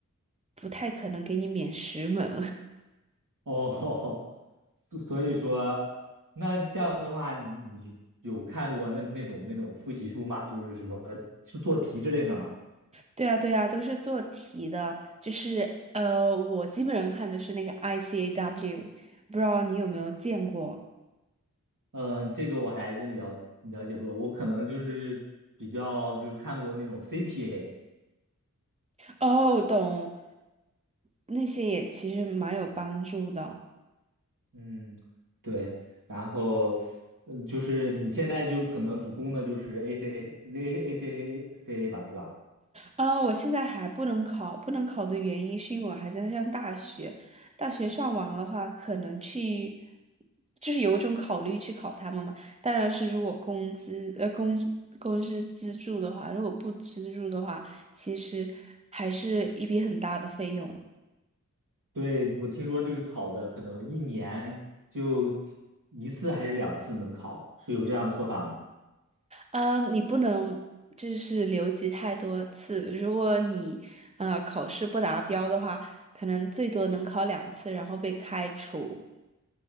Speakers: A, on the right; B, on the right.
A: 不太可能给你免十门。
B: 哦，<laughs> 所所以说，那这样的话，你你有看过那那种那种复习书吗？就是什么是做题之类的吗？
A: 对啊，对啊，都是做题的，就是呃，我基本上看的是那个 ICAW，不知道你有没有见过？
B: 嗯，这个我还真了了解不多，我可能就是比较就是看过那种 CPA，
A: 哦，懂，那些也其实蛮有帮助的。
B: 嗯，对，然后嗯，就是你现在就是可能主攻的就是 AC Z ACA CA 吧，对吧？
A: 啊，我现在还不能考，不能考的原因是因为我还在上大学。大学上完的话，可能去，就是有一种考虑去考他们嘛。当然是如果工资，呃，公公司资助的话，如果不资助的话，其实还是一笔很大的费用。
B: 对，我听说这个考的可能一年就一次还是两次能考，是有这样的说法吗？
A: 嗯，你不能就是留级太多次。如果你呃考试不达标的话，可能最多能考两次，然后被开除。